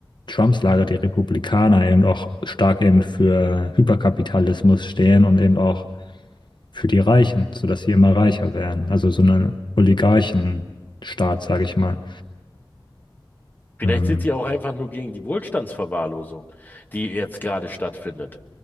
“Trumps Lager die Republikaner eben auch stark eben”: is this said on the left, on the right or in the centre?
Left